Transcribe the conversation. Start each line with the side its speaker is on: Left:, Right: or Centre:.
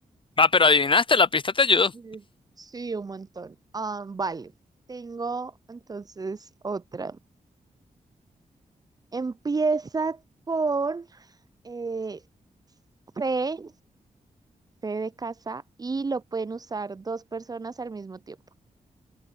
Left: Ah, pero adivinaste, la pista te ayudó.
Right: Sí. Sí, un montón. Ah, vale, tengo entonces otra. Empieza con eh, fe, fe de casa, y lo pueden usar dos personas al mismo tiempo.